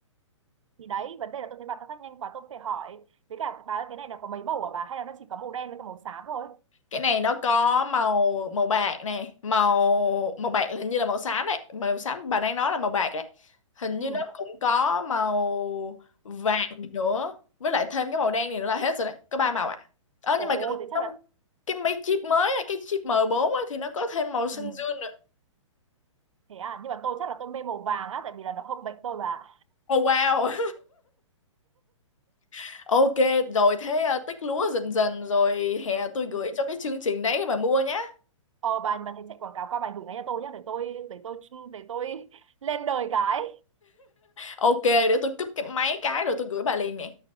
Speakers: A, on the right; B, on the left.
A: <laughs> thì đấy vấn đề là tôi thấy bà thao tác nhanh quá tôi cũng phải hỏi với cả bà ơi, cái này là có mấy màu hả bà hay là nó chỉ có màu đen với cả màu xám thôi
B: cái này nó có màu màu bạc này màu màu bạc hình như là màu xám đấy màu xám bà đang nói là màu bạc đấy hình
A: ừ
B: như nó cũng có màu vàng nữa với lại thêm cái màu đen này nữa là hết rồi đấy có ba màu ạ ờ
A: ồ
B: nhưng mà cần
A: thế chắc là
B: cái mấy chip mới á, cái chip M4 á, thì nó có thêm màu xanh
A: ừ
B: dương nữa
A: thế à nhưng mà tôi chắc là tôi mê màu vàng á tại vì là nó hợp mệnh tôi bà
B: oh wow <laughs> ok rồi thế ờ, tích lúa dần dần rồi hè tôi
A: <laughs>
B: gửi cho cái chương trình đấy để bà mua nhá
A: ờ bà bà thấy chạy quảng cáo qua bài gửi ngay cho tôi nhá để tôi để tôi để tôi <laughs> lên đời cái
B: ok để tôi cúp cái máy cái rồi tôi gửi bà liền nè